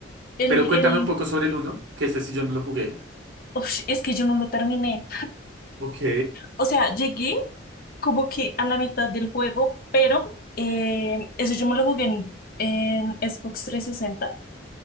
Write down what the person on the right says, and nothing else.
Pero cuéntame
un poco sobre el uno que ese sí yo no lo jugué.
Ok,